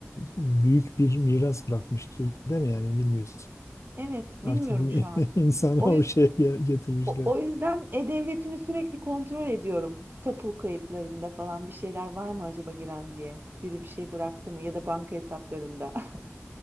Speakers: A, on the left (about 80°); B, on the right (about 45°).
A: büyük bir miras bırakmıştır değil mi yani bilmiyorsun.
B: Evet,
A: Artık
B: bilmiyorum şu an.
A: <laughs> insanı
B: O
A: o
B: yüzden
A: şeye ge- getirmişler.
B: O, o yüzden e-devletimi sürekli kontrol ediyorum. Tapu kayıtlarında falan bir şeyler var mı acaba giren diye. Biri bir şey bıraktı mı ya da banka hesaplarında. <laughs>